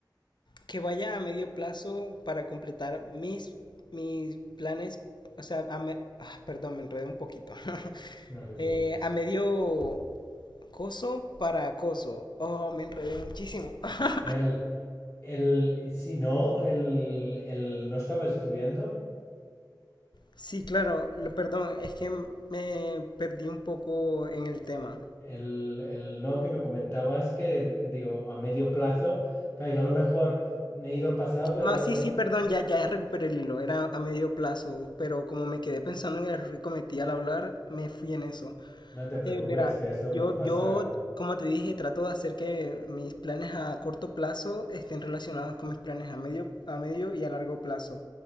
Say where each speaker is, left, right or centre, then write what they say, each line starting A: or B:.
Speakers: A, on the left; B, on the left.
A: que vaya a medio plazo para completar mis, mis planes, o sea, a me- ah, perdón, me enredé un poquito. <laughs>
B: No te preocupes.
A: Eh, a medio coso para acoso. Oh, me enredé muchísimo. <laughs>
B: El, el, si no, el, el no estabas estudiando,
A: Sí, claro, lo, perdón, es que me perdí un poco en el tema.
B: el, el no que me comentabas que, que digo, a medio plazo, claro, yo a lo mejor me he ido al pasado, pero
A: Ah,
B: realmente
A: sí, sí, perdón, ya, ya recuperé el hilo, era a medio plazo, pero como me quedé pensando en el error que cometí al hablar, me fui en eso.
B: no te preocupes,
A: Eh, verá,
B: que esto
A: yo,
B: nos pasa.
A: yo, como te dije, trato de hacer que mis planes a corto plazo estén relacionados con mis planes a medio, a medio y a largo plazo.